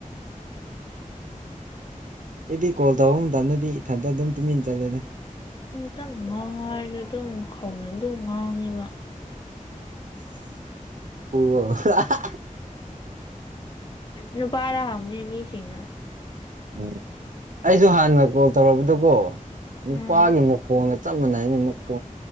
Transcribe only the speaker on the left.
ꯇꯞꯅ ꯉꯥꯡꯉꯣ ꯍꯥꯏꯔꯖꯨ ꯑꯗꯨꯝ ꯀꯧꯅ ꯑꯗꯨꯝ ꯉꯥꯡꯉꯦꯕ
ꯅꯨꯄꯥꯔꯥ ꯍꯪꯕꯅꯦ ꯃꯤꯁꯤꯅ
ꯎꯝ